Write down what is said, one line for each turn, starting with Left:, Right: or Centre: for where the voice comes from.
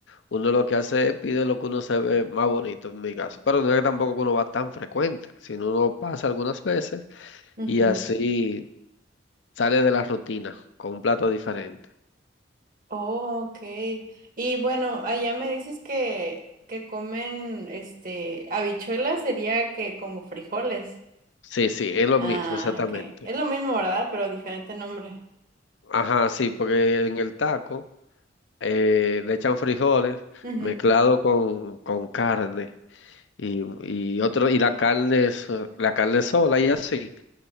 Left: uno lo que hace es pide lo que uno se ve más bonito, en mi caso. Pero no es que tampoco uno va tan frecuente, sino uno pasa algunas veces
Right: Ujú.
Left: y así sale de la rutina con un plato diferente.
Right: Oh, ok. Y bueno, allá me dices que, que comen, este, habichuelas sería que como frijoles.
Left: Sí, sí, es lo
Right: Ah,
Left: mismo, exactamente.
Right: ok. Es lo mismo, ¿verdad? Pero diferente nombre.
Left: Ajá, sí, porque en el taco eh, le echan frijoles
Right: Ujú.
Left: mezclado con, con carne y, y otro y la carne es, eh, la carne sola y así.